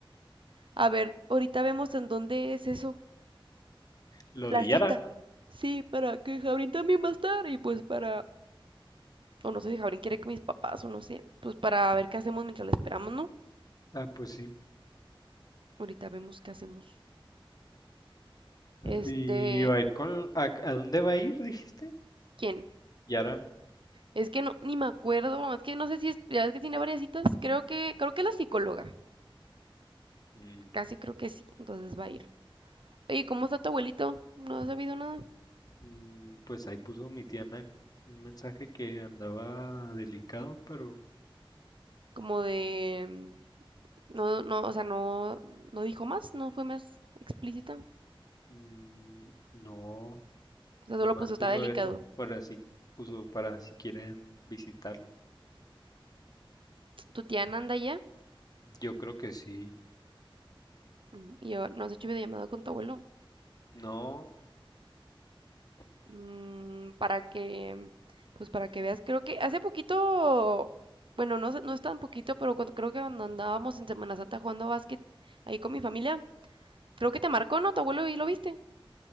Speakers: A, on the right (about 65°); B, on the left (about 45°).
A: A ver, ahorita vemos en dónde es eso,
B: Lo
A: la
B: de
A: cita.
B: Yara.
A: Sí, para que Jabrín también va a estar y pues para, o no sé si Jabrín quiere que mis papás o no sé, pues para ver qué hacemos mientras la esperamos, ¿no?
B: Ah, pues sí.
A: Ahorita vemos qué hacemos. Este,
B: ¿Y va a ir con... ¿A, a dónde va a ir, dijiste?
A: ¿quién?
B: Yara.
A: Es que no, ni me acuerdo, es que no sé si es, ya es que tiene varias citas, creo que, creo que es la psicóloga,
B: Mm,
A: casi creo que sí, entonces va a ir. Oye, ¿cómo está tu abuelito? ¿No has sabido nada?
B: Mm, Pues ahí puso mi tía Ana un mensaje que andaba delicado, pero
A: Como de, mm, no, no, o sea, no, no dijo más, no fue más explícita, o
B: mm, no,
A: sea,
B: nomás
A: solo puso, está
B: puso
A: delicado.
B: eso para si, puso para si quieren visitarlo.
A: ¿Tu tía Nanda ya?
B: Yo creo que sí.
A: Mm, Y yo, ¿no has hecho videollamada con tu abuelo?
B: No,
A: mm, para que, pues para que veas, creo que hace poquito, bueno, no, sé- no es tan poquito, pero cuando, creo que cuando andábamos en Semana Santa jugando básquet ahí con mi familia, creo que te marcó, ¿no? Tu abuelo y lo viste.